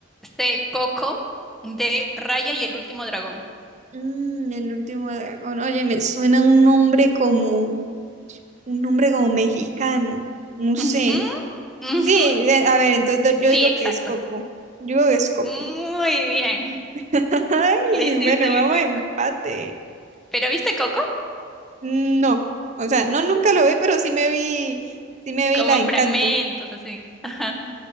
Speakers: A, in the centre; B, on the right (about 40°).
A: C, Coco, D, Raya y el último dragón.
B: Mm, el último dragón. Oye, me suena un nombre como, un nombre como mexicano. No sé.
A: Ujú, ujú,
B: Sí, eh, a ver, entonces do-
A: Sí,
B: yo digo
A: exacto.
B: que es Coco. Yo digo que es Coco.
A: Muy bien,
B: <laughs> Ay,
A: lo hiciste,
B: bueno,
A: lo
B: vamos
A: hiciste.
B: a empate.
A: ¿Pero viste Coco?
B: No, o sea, no nunca lo vi, pero sí me vi, sí me vi
A: Como
B: la de Encanto.
A: fragmentos, así. Ajá.